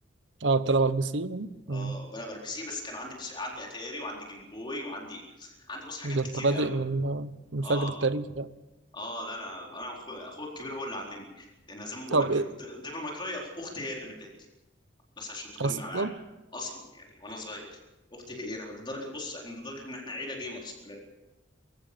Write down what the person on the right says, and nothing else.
اه بتلعب على البي سي يعني؟ مم.
ده
انت بادئ
من من
فجر التاريخ ده
طب
إيه؟
اصلا